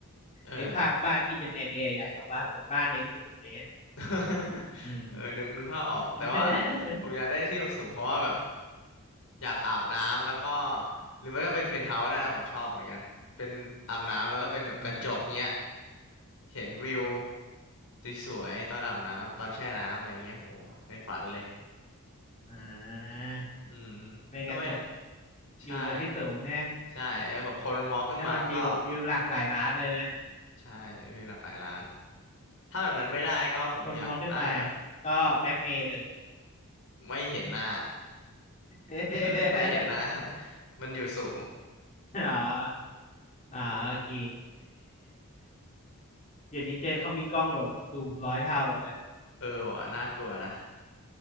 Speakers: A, on the left; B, on the left.
A: เออ
B: ในกภาพบ้านที่เป็นแอเรียใหญ่ออกมาเหมือนบ้านในสวนอะไรเงี้ย
A: <laughs>
B: อืม
A: เออนึกนึกภาพออกแต่ว่า
B: <laughs>
A: ผมอยากได้ที่สูงๆเพราะว่าแบบอยากอาบน้ำแล้วก็หรือไม่ก็เป็นเพนท์เฮาส์ก็ได้นะผมชอบเหมือนกันเป็นอาบน้ำแล้วก็เป็นแบบกระจกเงี้ย
B: อ่า
A: เห็นวิวสวยๆตอนอาบน้ำตอนแช่น้ำอะไรเงี้ยโหในฝันเลย
B: อ่า
A: อืม
B: เป็นกระจก
A: ทำไมใช่
B: อยู่บนที่สูงนะ
A: ใช่เออแบบคนมองขึ้นมาก็
B: ให้มันวิววิวหลักหลายล้านเลยนะ
A: ใช่วิวหลากหลายล้านถ้าแบบนั้นไม่ได้ก็ผมอยากได้แบบ
B: คนมองขึ้นมาก็แบ็กเมย์เลย
A: ไม่เห็นหน้า
B: <laughs>
A: <laughs> ไม่เห็นหน้ามันอยู่สูง
B: อ๋ออ๋อโอเค
A: อืม
B: <laughs> เดี๋ยวนี้เจอเขามีกล้องแบบซูมร้อยเท่าเลยนะ <laughs>
A: เออว่ะน่ากลัวนะ